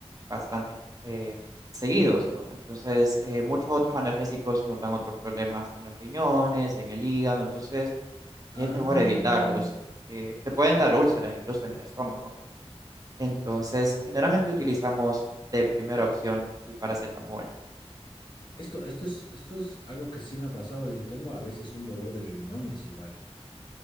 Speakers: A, on the right; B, on the left.
A: bastante eh, seguidos, ¿no? Entonces, eh, muchos otros analgésicos nos dan otros problemas en los riñones, en el hígado, entonces es
B: Ah.
A: mejor evitarlos. Eh, te pueden dar úlceras incluso en el estómago. Entonces, generalmente utilizamos de primera opción el paracetamol.
B: Esto, esto es, esto es algo que sí me ha pasado y tengo a veces un dolor de riñones igual.